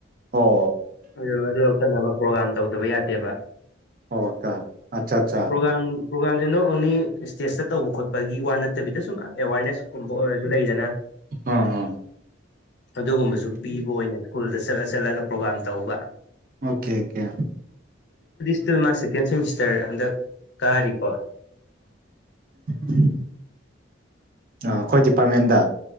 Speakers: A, on the right; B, on the left.
A: ꯑꯣ
B: ꯑ ꯑꯖꯤꯁꯅꯦ ꯄ꯭ꯔꯣꯒꯥꯝ ꯇꯧꯗꯕ ꯌꯥꯗꯦꯕ
A: ꯑꯣꯀ ꯑꯠꯆꯥ ꯑꯆꯥ
B: ꯄ꯭ꯔꯣꯒꯥꯝ ꯄ꯭ꯔꯣꯒꯥꯝꯁꯦ ꯅꯣꯠ ꯑꯣꯟꯂꯤ ꯏꯁꯇꯦꯖꯇ ꯇꯧꯕ ꯈꯣꯠꯄ ꯋꯥ ꯅꯠꯇꯕꯤꯗ ꯁꯨꯝ ꯑꯦꯋꯥꯔꯅꯦꯁꯨꯝ ꯑꯣꯏꯔ <unintelligible> ꯂꯩꯗꯅ
A: ꯑꯝ ꯎꯝ
B: ꯑꯗꯨꯒꯨꯝꯕꯁꯨ ꯄꯤꯕ ꯑꯣꯏꯅ ꯁ꯭ꯀꯨꯜꯗ ꯆꯠꯂ ꯆꯠꯂꯒ ꯄ꯭ꯔꯣꯒꯥꯝ ꯇꯧꯕ
A: ꯑꯣꯀꯦ ꯑꯣꯀꯦ
B: ꯑꯗꯨꯗꯤ ꯃꯥ ꯁꯦꯀꯦꯟ ꯁꯦꯃꯤꯁꯇꯦꯔ ꯍꯟꯗꯛ ꯀꯥꯔꯤꯀꯣ
A: ꯎꯝ <inaudible> ꯑ ꯈꯣꯣꯏꯖ ꯄꯥꯔꯃꯦꯟꯗ